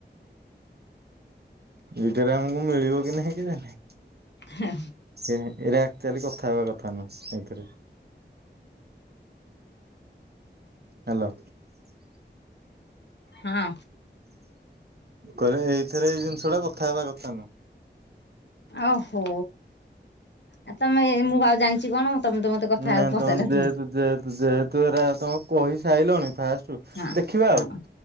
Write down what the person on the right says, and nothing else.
ଏଇଟାରେ ଆମକୁ ମିଳିବ କି ନାହିଁ କେଜାଣି।
ଏଁ ଏରା ଆକ୍ଚ୍ୟଲି କଥା ହେବା କଥା ନୁହଁ ଏଇଥିରେ। ହ୍ୟାଲୋ।
କହିଲେ ଏଇଥରେ ଏଇ ଜିନିଷ ଟା କଥା ହେବା କଥା ନୁଁ।
ନାଇଁ
ତମେ ଯେହେତୁ
ଯେହେତୁ ଯେହେତୁ ଏରା ତମେ କହିସାଇଲଣି ଫାଷ୍ଟ ରୁ
ଦେଖିବା
ଆଉ।